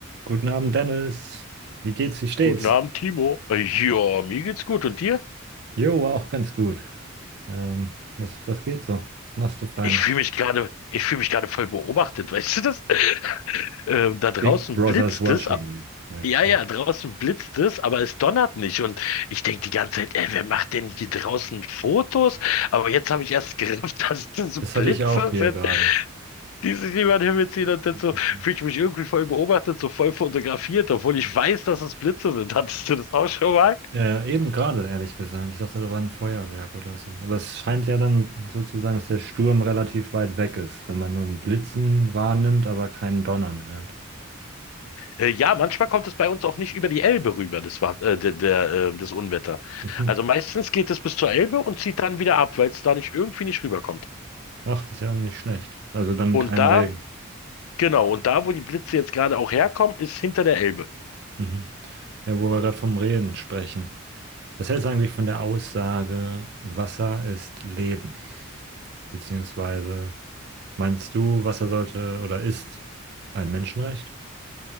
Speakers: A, on the right; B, on the left.
A: Guten Abend, Dennis. Wie geht's? Wie steht's?
B: Guten Abend, Timo. Äh, Ja, mir geht's gut. Und dir?
A: Jo, auch ganz gut. Ähm, was, was geht so? Was machst du Feines?
B: Ich fühle mich gerade, ich fühle mich gerade voll beobachtet, weißt du das? <laughs> Ähm, da draußen
A: Big Brother's
B: blitzt
A: watching
B: es. a-
A: you. Nein,
B: Ja,
A: check.
B: ja, draußen blitzt es, aber es donnert nicht. Und ich denke die ganze Zeit, ey, wer macht denn hier draußen Fotos? Aber jetzt habe ich erst gerafft, <laughs> dass das
A: Das
B: Blitze
A: hatte ich auch hier
B: sind,
A: gerade.
B: die sich niemand hinbeziehen. Und jetzt
A: Interessant.
B: so fühle ich mich irgendwie voll beobachtet, so voll fotografiert, obwohl ich weiß, dass es Blitze sind. Hattest du das auch schon mal?
A: Äh, eben gerade, ehrlich gesagt. Ich dachte, da war ein Feuerwerk oder so. Aber es scheint ja dann so zu sein, dass der Sturm relativ weit weg ist, wenn man nur ein Blitzen wahrnimmt, aber keinen Donnern hört.
B: Äh, ja, manchmal kommt es bei uns auch nicht über die Elbe rüber, das war, äh, der, der, äh, das Unwetter.
A: Mhm.
B: Also meistens geht es bis zur Elbe und zieht dann wieder ab, weil es da nicht irgendwie nicht rüberkommt.
A: Ach, das ist ja nicht schlecht. Also dann
B: Und
A: kein
B: da,
A: Regen.
B: genau, und da, wo die Blitze jetzt gerade auch herkommen, ist hinter der Elbe.
A: Mhm. Ja, wo wir gerade vom Reden sprechen. Was hältst du eigentlich von der Aussage, Wasser ist Leben? Beziehungsweise meinst du, Wasser sollte oder ist ein Menschenrecht?